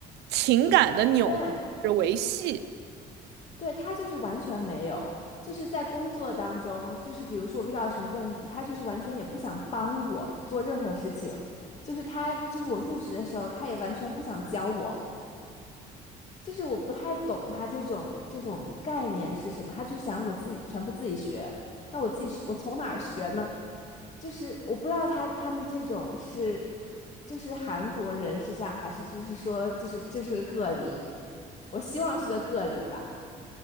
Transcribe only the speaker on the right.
情感的纽带维系。